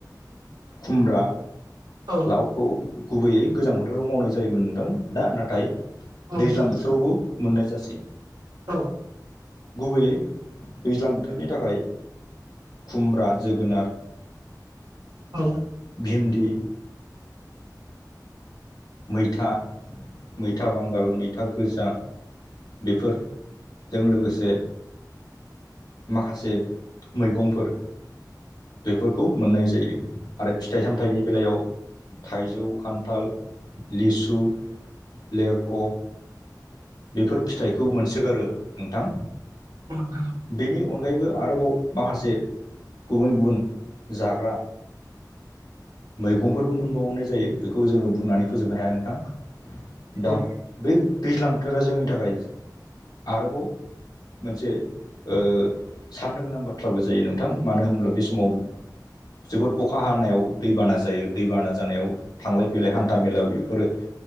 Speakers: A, on the left; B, on the right.
A: खुमब्रा
B: औ
A: गावखौ गुबैयै गोजां बोथोराव मावनाय जायोमोन नोंथां दा नाथाय
B: औ नोंथां औ
A: दैज्लां
B: नोंथां
A: बोथोरावबो मोननाय जासै
B: औ
A: गुबैयै दैज्लां बोथोरनि थाखाय खुमब्रा जोगोनार
B: औ
A: भिन्दि मैथा मैथा बांगाल मैथा गोजा बेफोरजों लोगोसे माखासे मैगंफोर बेफोरखौ मोननाय जायो आरो फिथाइ सामथायाइनि बेलायाव थाइजौ खान्थाल लिसु लेरख' बेफोर फिथाइखौ मोनसोगारो नोंथां
B: औ
A: बेनि अनगायैबो आरोबाव माखासे गुबुन गुबुन जाग्रा मैगंफोरबो मोनबावनाय जायो बेखौ जोङो बुंनानै फोजोबनो हाया नोंथां दा
B: औ
A: बे दैज्लां बोथोरा जोंनि थाखाय आरोबाव मोनसे ओ साननो गोनां बाथ्राबो जायो नोंथां मानो होनोब्ला बे सम समाव जोबोद अखा हानायाव दैबाना जायो दैबाना जानायाव थांलाय फैलाय हान्था मेला इफोरो